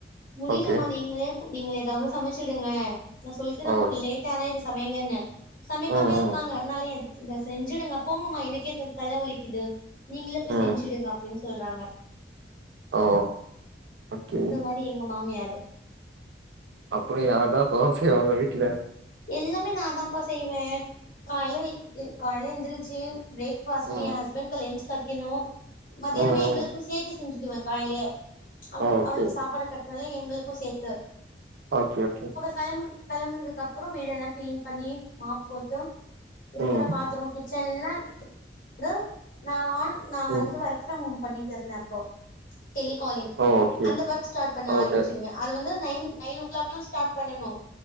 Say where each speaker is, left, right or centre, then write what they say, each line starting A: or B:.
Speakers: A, on the left; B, on the right.
A: முடிலமா
B: ஓகே
A: நீங்ளே நீங்கள் எதாவது சமச்சிடுங்க நா சொல்ட்டுதான்
B: ஓ
A: போனே லே டாங்க இது சமைங்கனு சமக்காமயே
B: ம்
A: இருக்காங்க
B: ம்
A: என்னாலயே இந்தா செஞ்சிடுங்க போங்கமா எனக்கே தல வலிக்குது நீங்ளே போய் செஞ்சிடுங்க
B: ம்
A: அப்டின் சொல்றாங்க
B: ஓ ஓகே
A: அந்த மாரி எங்க மாமியாரு
B: அப்றோ யார்தா <unintelligible> அவுங்க வீட்ல
A: எல்லாமே நான்தான்ப்பா செய்வேன் காலைல காலைல எந்திரிச்சு பிரேக்ஃபாஸ்ட்
B: ம்
A: என் ஹஸ்பண்ட்க்கு லன்ச் கத்திணு மத்தியானமே
B: ம் ம்
A: எங்களுக்கு சேத்து செஞ்சிடுவேன் காலைலயே அவ
B: ஓ ஓகே
A: அவருக்கு சாப்பாட க ற்னால எங்களுக்கு சேத்து
B: ஓகே ஓகே
A: கிளம் கிளம்புனதுக்கப்றோ வீடெல்லா கிளீன் பண்ணி மாப் போட்டு இருக்கற
B: ம்
A: பாத்ரோ கி ச்சன்ல கு ந்து நா நான் வந்து
B: ம்
A: ஒர்க் ஃப்ரம் ஹோம் பண்ணிட்டு இருந்த அப்போ டெலிகாலிங்
B: ஓ ஓகே
A: அந்த ஒர்க் ஸ்டார்ட் பண்ண
B: ஓகே
A: ஆரம்பிச்சிடுவ அது வந்து நைன் நைன் ஓ கிளாக்ல்லா ஸ்டார்ட் பண்ணனு